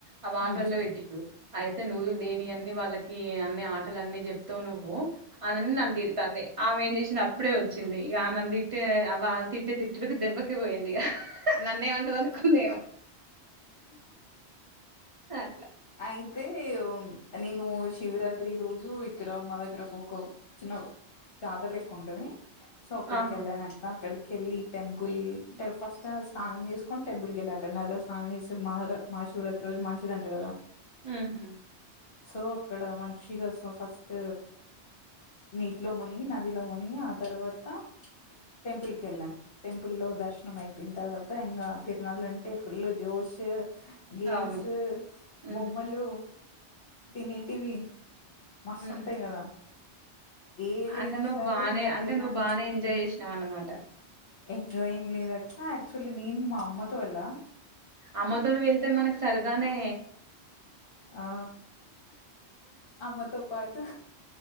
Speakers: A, on the right; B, on the left.
A: ఆ వాటర్ల
B: ఉమ్
A: పెట్టింరు అయితే నువు లేనియ్ అన్నీ వాళ్ళకీ అన్ని ఆటలన్నీ చెప్తవు నువ్వూ. అనని నన్ను తిడుతాందీ. ఆమె ఏం చేశింది అప్పుడే వచ్చింది. ఇగా ఆమెన్ తిట్టే వాళ్ తిట్టే తిట్టుడుకి దెబ్బకే పోయింది ఇగ. నన్నేం అంటది అనుకుందేమో. అట్ల
B: యితే ఓం నేనూ శివరాత్రి రోజూ ఇక్కడ మా దగ్గర ఒక ఒక చిన్న జాతర లెక్క ఉంటదీ. సొక్కడికి
A: ఆహా
B: వెళ్ళాను అక్క క్కడికి వెళ్లి టెంపుల్ టె ఫస్ట ఆ తానం చేసుకొని టెంపుల్ వెళ్ళ అక్కడ నది స్నానం చేసే మహ మహాశివరాత్రి మంచిదిదంట కదా
A: హ్మ్ హు
B: సో అక్కడ మంచిగా సో ఫస్ట్ నీటిలో మునిగి నదిలో మునిగి ఆ తర్వాత టెంపుల్ కెళ్ళాం టెంపుల్ లో దర్శనం అయిపోయిన తర్వా త ఇంగ తిరునాలు అంటే ఫుల్లు జోష్ గేమ్స్
A: అవును. హ్మ్.
B: బొమ్మలు తినేటివి మస్తు
A: హ్మ్.
B: ఉంటాయి కదా ఏజ్
A: అంటే
B: అయినా
A: నువ్వు
B: సరే
A: బానే
B: ఇంకా
A: అంటే
B: తిరునాళ్ళు
A: నువ్వు బానే ఎంజాయ్ చేసినావ్ అన్నమాట
B: ఎటు ఏం లేదక్క క్చువల్లీ నేను మా అమ్మతో వెళ్ళ
A: అమ్మతోని వెళ్తే మనకు సరదానే
B: ఆ అమ్మతో పాటు